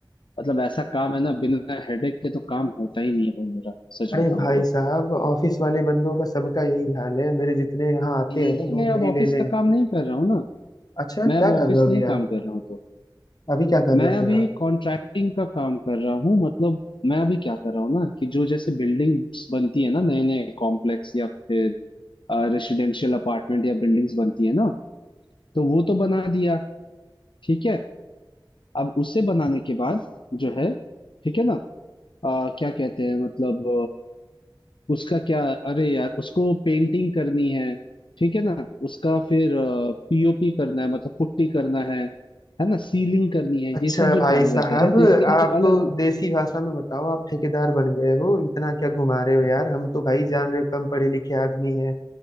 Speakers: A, on the left (about 75°); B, on the left (about 50°).
A: मतलब ऐसा काम है ना बिना हेडेक के तो काम होता ही नहीं है भाई मेरा सच
B: अरे
A: बताऊं
B: भाई
A: तो
B: साहब ऑफिस वाले बंदों का सबका यही हाल है मेरे जितने यहाँ आते
A: नहीं नहीं
B: हैं ना
A: नहीं
B: दूध
A: मैं अब
B: दही
A: ऑफिस
B: लेने
A: का काम नहीं कर रहा हूँ ना
B: अच्छा
A: मैं
B: क्या
A: अब
B: कर
A: ऑफिस
B: रहे हो अभी
A: नहीं काम
B: आप
A: कर रहा हूँ तो
B: अभी क्या कर
A: मैं
B: रहे हो
A: अभी
B: फिर आप
A: कॉन्ट्रैक्टिंग का काम कर रहा हूँ मतलब मैं अभी क्या कर रहा हूँ ना कि जो जैसे बिल्डिंग्स बनती है ना नए नए कॉम्प्लेक्स या फिर रेसिडेंशियल अपार्टमेंट या बिल्डिंग्स बनती है ना तो वो तो बना दिया ठीक है अब उसे बनाने के बाद जो है ठीक है ना अ, क्या कहते हैं मतलब उसका क्या अरे यार उसको पेंटिंग करनी है ठीक है ना उसका फिर पीओपी करना है मतलब पुट्टी करना है है ना सीलिंग करनी है
B: अच्छा
A: ये सब
B: भाई
A: जो काम
B: साहब
A: रहता है तो इसके लिए
B: आप
A: तो अलग
B: तो देसी भाषा में बताओ आप ठेकेदार बन गए हो इतना क्या घुमा रहे हो यार हम तो भाई जान रहे हो कम पढ़े लिखे आदमी हैं